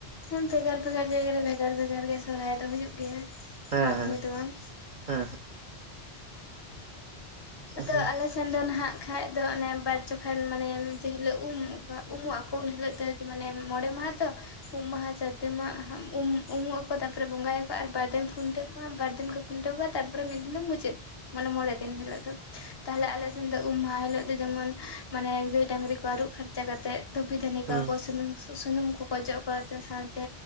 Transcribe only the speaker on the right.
ᱦᱮᱸ
ᱦᱮᱸ
ᱦᱮᱸ ᱦᱮᱸ
ᱦᱮᱸ
ᱦᱮᱸ